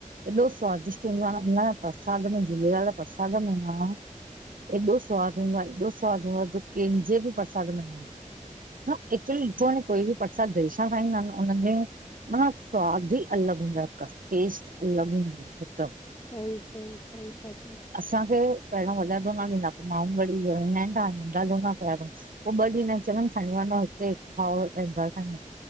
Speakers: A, on the right; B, on the left.
A: एॾो स्वादिष्ट हुंदो आ, न परसाद में झूलेलाल जे परसाद में न एॾो स्वादु हूंदो आ एॾो स्वादु हूंदो आ जो केंजे बि प्रसाद में न हूंदो आ। न एक्चुली ॾिठो वंञें कोई बि परसाद दिल सां ठाहींदा हिनि उनन्हनि जे माना स्वाद ई अलॻि हूंदो आहे, हिक टेस्ट अलॻि हूंदी हिकदम।
B: सही सही सही ता चओ।
A: असांखे पहिरों वॾा दोना ॾींदा पो माण्हूं वरी व ईंदा आहिनि ता नंढा दोना कया अथनि। पो ॿ ॾींदा इनि चवंदाइनि खणीं वंञों हिते हिकु खाओ और अएं घर खड़ी वनो